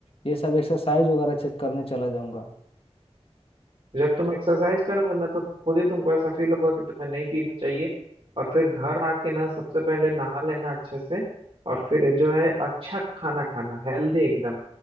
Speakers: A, on the left; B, on the right.
A: ये सब एक्सरसाइज वगैरह चेक करने चला जाऊंगा
B: जब तुम एक्सरसाइज करोगे ना तो खुद ही तुमको ऐसा फील होगा कि तुम्हें नहीं पीना चाहिए और फिर घर आके ना सबसे पहले नहा लेना अच्छे से और फिर जो है अच्छा खाना खाना हेल्दी एकदम